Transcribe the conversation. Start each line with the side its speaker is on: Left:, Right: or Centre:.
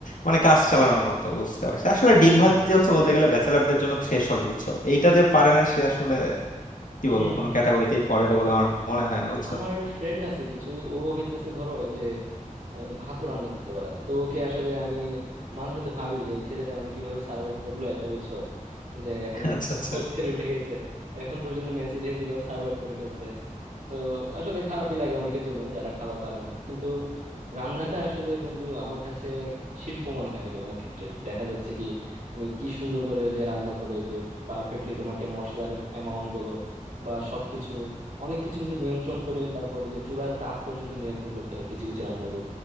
Left: মানে কাজ চালানোর মতো বুঝতে পারছি আসলে ডিম
Right: হুম
Left: ভাজি
Right: হুম
Left: হচ্ছে বলতে গেলে ব্যাচেলারদের জন্য থ্রেশহোল্ড বুঝছো এইটা যে পারে না সে আসলে কি বলবো
Right: হুম হুম।
Left: কোনো ক্যাটাগরিতেই পড়ে না
Right: আর
Left: বলে আমার মনে হয় না বুঝছো
Right: আমার ফ্রেন্ড আছে কিছু ও হইতেছে ধরো এই যে মানে ভাতও রান্না করতে পারে না তো ওকে আসলে আমি মাঝে মধ্যে ভাবি যে এই ছেলেটা মানে কিভাবে সার্ভাইভ করলো এত বছর যে এখন
Left: আচ্ছা আচ্ছা
Right: ফোর্থ ইয়ার উঠে গেছে এখন পর্যন্ত মেসি থেকে কিভাবে সার্ভাইভ করে ফেলছে তো আসলে খারাপই লাগে অনেকের জন্য যারা খাবার পারে না কিন্তু রান্নাটা আসলে বন্ধু আমার কাছে শিল্প মনে হয় আর কি অনেক ক্ষেত্রে দেখা যাচ্ছে কি মানে কি সুন্দর করে যে রান্না করে যে পারফেক্টলি তোমাকে মশলার অ্যামাউন্ট বলো বা সবকিছু অনেক কিছু কিন্তু নিয়ন্ত্রণ করে তারপরে যে চুলার তাপ পর্যন্ত নিয়ন্ত্রণ করতে হয় কিছু কিছু রান্নাতে